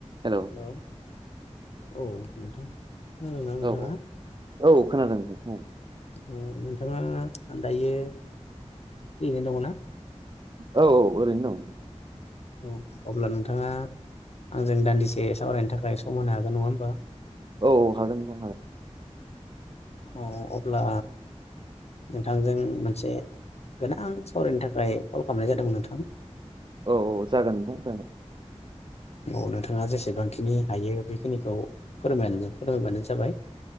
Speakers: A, on the right; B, on the left.
A: Hello
B: hello औ नोंथां। खोनादों ना नोंथाङा?
A: औ औ औ खोनादों नोंथां
B: औ नोंथाङा आनदायो फ्रियैनो दङ ना?
A: औ औ ओरैनो दं।
B: अ' अब्ला नोंथाङा आंजों दान्दिसे सावरायनो थाखाय सम होनो हागोन नङा होमबा?
A: औ औ हागोन नोंथां हाग
B: औ अब्ला नोंथांजों मोनसे गोनां सावरायनो थाखाय कल खामनाय जादोंमोन नोंथां।
A: औ औ जागोन नोंथां जागोन।
B: औ नोंथाङा जेसेबांखिनि हायो बेखिनिखौ फोरमायनानै फोरमायबानो जाबाय।